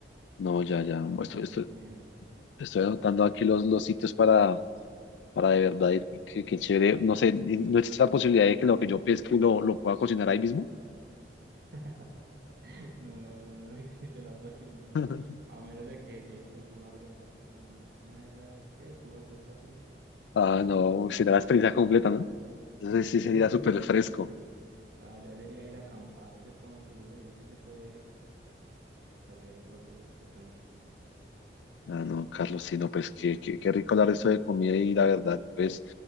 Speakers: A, on the left; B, on the right.
A: No, ya, ya.
B: que no
A: Estoy,
B: recuerdo
A: estoy,
B: ni el nombre.
A: estoy anotando aquí los, los sitios para, para de verdad ir, porque qué chévere. No sé, ¿no existe la posibilidad de que lo que yo pesque lo, lo pueda cocinar ahí mismo?
B: <laughs> No, no, no, no <laughs> existe la posibilidad,
A: <laughs>
B: a menos de que lleve pues una olla, porta- un- una de esas, ¿qué? Estufas portátiles.
A: Ah, no, será la experiencia completa, ¿no? Entonces
B: <laughs>
A: sí sería súper fresco.
B: Allá sería ir a acampar cerca de un río y allí se puede hacer lo que, lo que piensa.
A: Ah, no, Carlos, sí, no, pues qué, qué, qué rico hablar de esto de comida y la verdad, pues